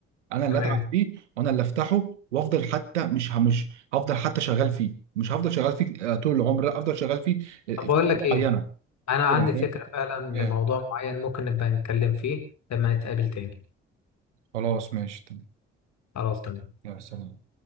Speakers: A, on the right; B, on the left.
A: انا اللي
B: تمام
A: اتعب فيه وانا اللي افتحه وافضل حتى مش ه- مش هفضل حتى شغال فيه مش هفضل شغال فيه آه، طول العمر لا افضل شغال فيه آه،
B: طب بقول
A: فتره
B: لك ايه
A: معينه
B: انا عندي
A: كده
B: فكره
A: فاهم؟
B: فعلا
A: إيه.
B: لموضوع معين ممكن نبقى نتكلم فيه لما نتقابل تاني
A: خلاص ماشي
B: خلاص تمام
A: يا سلام